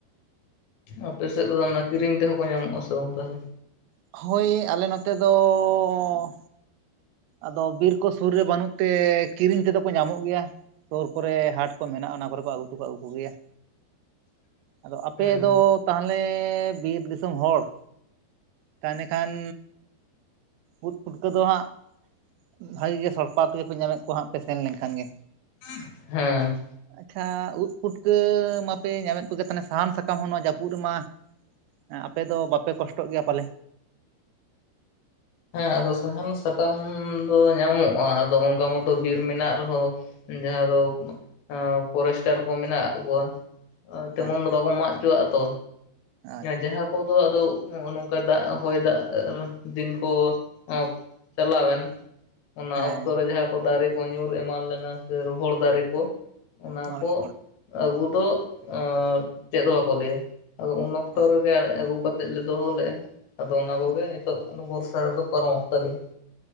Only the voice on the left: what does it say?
ᱟᱯᱮ ᱥᱮᱫ ᱫᱚ ᱚᱱᱟ ᱠᱤᱨᱤᱧ ᱛᱮᱦᱚᱸ ᱠᱚ ᱧᱟᱢᱚᱜ-ᱟ ᱥᱮ ᱵᱟᱝ ᱛᱟᱦᱚᱞᱮ?
<inaudible>
ᱦᱮᱸ
ᱦᱮᱸ ᱾
ᱦᱮᱸ ᱟᱫᱚ ᱥᱟᱦᱟᱱ ᱥᱟᱠᱟᱢ ᱫᱚ ᱧᱟᱢᱚᱜᱼᱟ ᱟᱫᱚ ᱚᱝᱠᱟ ᱢᱚᱛᱚ ᱵᱤᱨ ᱢᱮᱱᱟᱜ ᱨᱮᱦᱚᱸ ᱡᱟᱦᱟᱸ ᱫᱚ ᱟᱸ ᱯᱚᱨᱮᱥᱴᱟᱨ ᱠᱚ ᱢᱮᱱᱟᱜ ᱠᱚᱣᱟ ᱟ ᱛᱮᱢᱚᱱ
ᱫᱚ ᱵᱟᱠᱚ ᱢᱟᱜ ᱪᱚᱣᱟᱜᱼᱟ ᱛᱚ,
ᱡᱟᱦᱟᱸ ᱠᱚᱫᱚ ᱟᱫᱚᱜ ᱦᱚᱜᱼᱚ ᱱᱚᱝᱠᱟ ᱫᱟᱜ ᱦᱚᱭ ᱫᱟᱜ <inaudible> ᱫᱤᱱ ᱠᱚ <inaudible> ᱪᱟᱞᱟᱣᱮᱱ ᱚᱱᱟ ᱚᱠᱛᱚ
ᱨᱮ ᱡᱟᱦᱟᱸ ᱠᱚ ᱫᱟᱨᱮ ᱠᱚ ᱧᱩᱨ ᱮᱢᱟᱱ ᱞᱮᱱᱟ ᱥᱮ ᱨᱚᱦᱚᱲ ᱫᱟᱨᱮ ᱠᱚ, ᱚᱱᱟ
ᱠᱚ
ᱟᱹᱜᱩ ᱫᱚ ᱚᱸ ᱪᱮᱫᱦᱚ ᱵᱟᱠᱚ ᱞᱟᱹᱭᱟ ᱟᱫᱚ ᱩᱱ ᱚᱠᱛᱚ
ᱨᱮᱜᱮ ᱟᱹᱜᱩ ᱠᱟᱛᱮᱫ ᱞᱮ ᱫᱚᱦᱚ ᱞᱮᱜᱼᱟ ᱾ ᱟᱫᱚ ᱚᱱᱟ ᱠᱚᱜᱮ
ᱱᱤᱛᱚᱜ ᱵᱚᱨᱥᱟ ᱨᱮᱫᱚ ᱯᱟᱨᱚᱢᱚᱜ ᱛᱟᱞᱮᱭᱟ ᱾